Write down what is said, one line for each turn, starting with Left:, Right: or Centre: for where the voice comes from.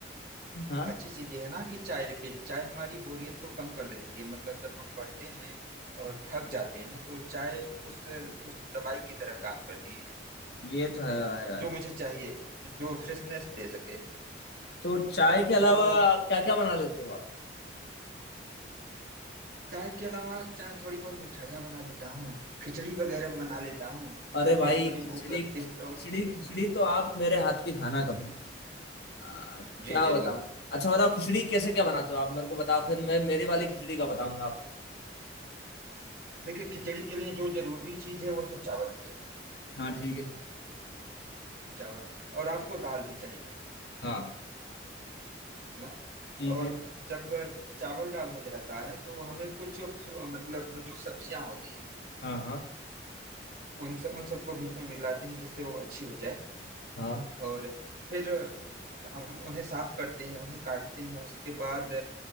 Left: हाँ
Right: अच्छी चीज ये है ना कि चाय पे चाय हमारी बोरियत को कम कर देती है मतलब जब हम पढ़ते हैं और थक जाते हैं तो चाय उस उस दवाई की तरह काम करती है
Left: ये तो है भाई
Right: अ,
Left: भाई
Right: जो मुझे चाहिए जो फ्रेशनेस दे सके
Left: तो चाय के
Right: अ,
Left: अलावा
Right: तो
Left: क्या क्या बना लेते हो आप
Right: चाय के अलावा चाय थोड़ी बहुत मिठाइयाँ बना लेता हूँ खिचड़ी वगैरह बना लेता हूँ
Left: अरे
Right: जब
Left: भाई
Right: कभी कभी
Left: खिचड़ी
Right: भूख लगती
Left: खिचड़ी
Right: है तो
Left: खिचड़ी तो आप मेरे हाथ की खाना कभी आ, क्या
Right: जी जरूर
Left: बताऊं अच्छा बताओ खिचड़ी कैसे क्या बनाते हो आप मेरे को बताओ फिर मैं मेरी वाली खिचड़ी का बताऊंगा आप
Right: देखिए खिचड़ी के लिए जो जरूरी चीज है वह तो चावल ही है
Left: हाँ ठीक है
Right: चावल और आपको दाल भी चाहिए
Left: हाँ
Right: ना
Left: ठीक
Right: और
Left: है
Right: जब चावल दाल हो जाता है तो हमें कुछ फ्रू- मतलब जो सब्जियां होती हैं
Left: हाँ हाँ
Right: उन सब उन सबको भी उसमें मिलाते हैं जिससे वो अच्छी हो जाए
Left: हाँ
Right: और फिर हम उन्हें साफ करते हैं उन्हें काटते हैं उसके बाद